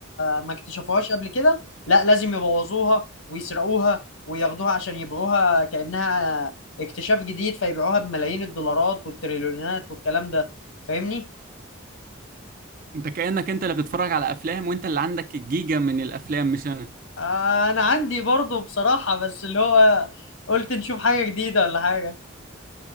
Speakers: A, on the left; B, on the right.
A: ما اكتشفوهاش قبل كده لا لازم يبوظوها ويسرقوها وياخدوها عشان يبيعوها كأنها اكتشاف جديد فيبيعوها بملايين الدولارات والتريليونات والكلام ده فاهمني
B: انت كأنك انت اللي بتتفرج على افلام وانت اللي عندك الجيجا من الافلام مش انا
A: آه انا عندي برضه بصراحة بس اللي هو قلت نشوف حاجة جديدة ولا حاجة